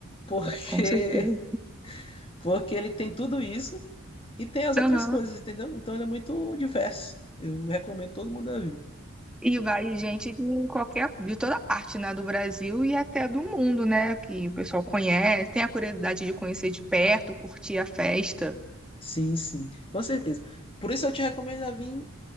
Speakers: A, on the left; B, in the centre.
A: porque,
B: com certeza.
A: <laughs> porque ele tem tudo isso e tem as
B: Aham.
A: outras coisas, entendeu? Então ele é muito diverso. Eu recomendo todo mundo a vir.
B: E vai gente de qualquer, de toda parte, né, do Brasil e até do mundo, né, que o pessoal conhece, tem a curiosidade de conhecer de perto, curtir a festa.
A: Sim, sim, com certeza. Por isso eu te recomendo a vir,